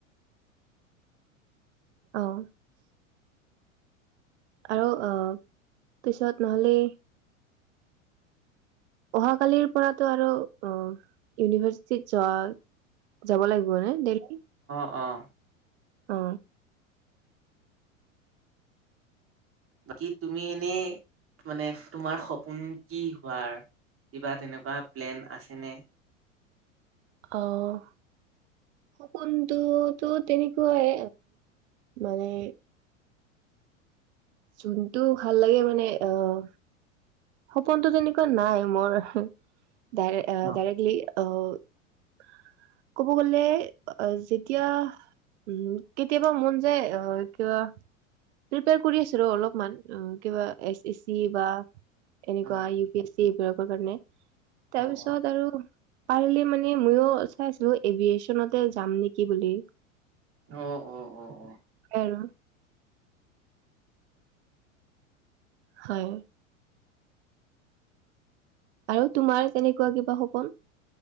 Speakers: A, on the right; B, on the right.
A: আহ আৰু আহ পিছত নহলে অহাকালিৰ পৰাতো আৰু অ ইউনিভাৰ্চিটিত যোৱা যাব লাগিব নে দেললি
B: অঁ
A: অ
B: বাকী তুমি এনেই মানে তোমাৰ সপোন কি হোৱাৰ কিবা তেনেকুৱা প্লেন আছেনে
A: আহ সপোনটোতো তেনেকুৱাই মানে যোনটো ভাল লাগে মানে আহ সপোনটো তেনেকুৱা নাই মোৰ ডাইৰে্টলি
B: অ',
A: আহ ক'ব গলে আহ যেতিয়া উম কেতিয়াবা মন যায় আহ কিবা প্ৰিপয়াৰ কৰি আছো ৰ অলপমান কিবা এ এ চি বা এনেকুৱা
B: অ',
A: ইউ পি এছ চি এইবিলাকৰ কাৰণে তাৰ
B: অ',
A: পিছত আৰু পাৰ মানে ময়ো চাইছিলো এভিয়েচনতে যাম নেকি বুলি
B: অ', অ', অ', অ',
A: এৰা হয় আৰু তোমাৰ তেনেকুৱা কিবা সপোন